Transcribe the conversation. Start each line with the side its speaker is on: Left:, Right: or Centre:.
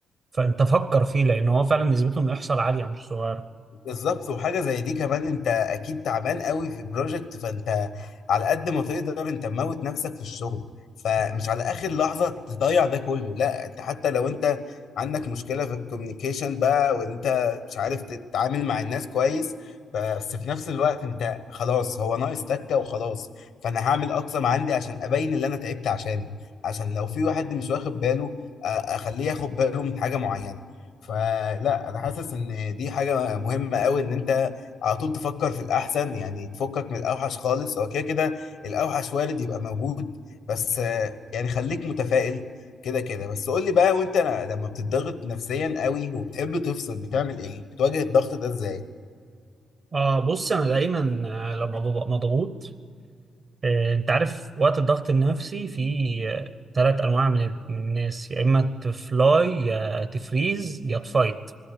Right: فانت فكر فيه لان هو فعلا نسبته انه يحصل عالية مش صغيرة
Left: بالظبط وحاجه زي دي كمان انت اكيد تعبان قوي في بروجكت فانت على قد ما تقدر انت موت نفسك في الشغل فمش على اخر لحظه تضيع ده كله لا انت حتى لو انت عندك مشكله في الكوميونيكيشن بقى وانت مش عارف تتعامل مع الناس كويس بس في نفس الوقت انت خلاص هو ناقص تكه وخلاص فانا هعمل اقصى ما عندي عشان ابين اللي انا تعبت عشانه عشان لو في واحد مش واخد باله آه، اخليه ياخد باله من حاجه معينه فلا انا حاسس ان دي حاجه مهمه قوي ان انت على طول تفكر في الاحسن يعني تفكك من الاوحش خالص هو كده كده الاوحش وارد يبقى موجود بس آه، يعني خليك متفائل كده كده بس قول لي بقى وانت لما بتضغط نفسيا قوي وبتحب تفصل بتعمل ايه بتواجه الضغط ده ازاي
Right: آه بص أنا دايما آه، لما ببقى مضغوط آه، انت عارف وقت الضغط النفسي في ثلاث انواع من من الناس يا اما تفلاي يا تفريز يا تفايت